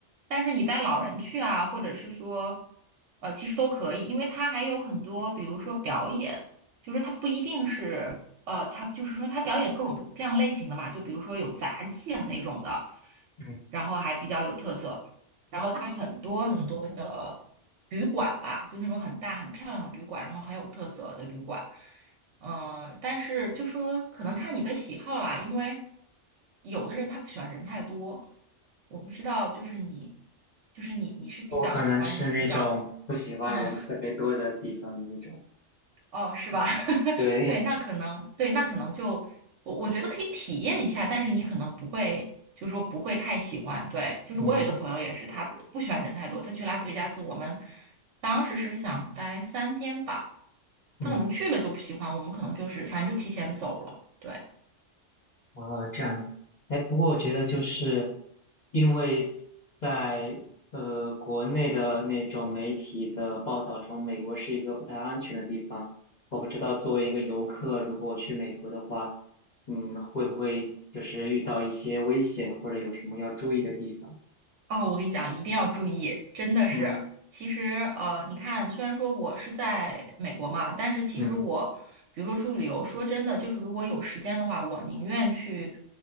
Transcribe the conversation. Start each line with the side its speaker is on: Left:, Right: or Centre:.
Right: 但是你带老人去啊，或者是说，呃，其实都可以，因为它还有很多，比如说表演，就是它不一定是，呃，它就是说它表演各种各样类型的嘛，就比如说有杂技啊那种的，
Left: 嗯。
Right: 然后还比较有特色，然后它很多很多的旅馆吧，就那种很大很漂亮的旅馆，然后很有特色的旅馆。呃，但是就说可能看你的喜好啦，因为有的人他不喜欢人太多，我不知道，就是你，就是你，你是比较喜欢人比较，
Left: 我可能是那种不喜欢人特别多的地方的那种。
Right: 嗯，哦，是吧？<laughs>
Left: 对，
Right: 对，那可能，对，那可能就我我觉得可以体验一下，但是你可能不会，就说不会太喜欢。对，就是我有一个朋友也是，
Left: 嗯
Right: 他不喜欢人太多，他去拉斯维加斯，我们当时是想待三天吧，
Left: 嗯，
Right: 他可能去了就不喜欢，我们可能就是反正就提前走了。对。
Left: 然后这样子。哎，不过我觉得就是因为在呃国内的那种媒体的报道中，美国是一个不太安全的地方。我不知道作为一个游客，如果我去美国的话，嗯，会不会就是遇到一些危险，或者有什么要注意的地方？
Right: 哦，我跟你讲，一定要注意，真的是。
Left: 嗯
Right: 其实，呃，你看，虽然说我是在美国嘛，但是其实我，
Left: 嗯
Right: 比如说出去旅游，说真的，就是如果有时间的话，我宁愿去，